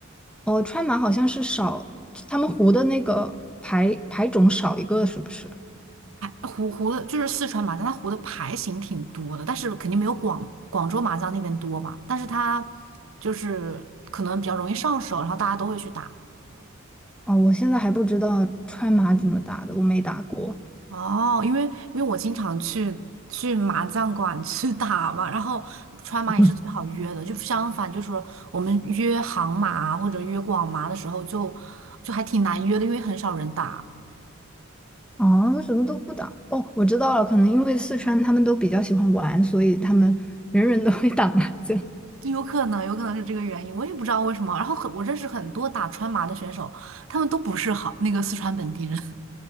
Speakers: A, in the centre; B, on the right (about 70°).
A: 哦，川马好像是少，他们胡的那个牌牌种少一个是不是？
B: 湖湖的就是四川麻将，它湖的牌型挺多的，但是肯定没有广广州麻将那边多吧。但是它就是可能比较容易上手，然后大家都会去打。
A: 哦，我现在还不知道川马怎么打的，我没打过。
B: 哦，因为因为我经常去去麻将馆 <laughs> 去打嘛，然后川麻也是最好约的，
A: <laughs>
B: 就相反，就是说我们约杭麻啊或者约广麻的时候就，就还挺难约的，因为很少人打，
A: 哦，什么都不打。哦，我知道了，可能因为四川他们都比较喜欢玩，所以他们人人都会打麻将。
B: 有可能有可能是这个原因，我也不知道为什么。然后很我认识很多打川麻的选手，他们都不是好那个四川本地人，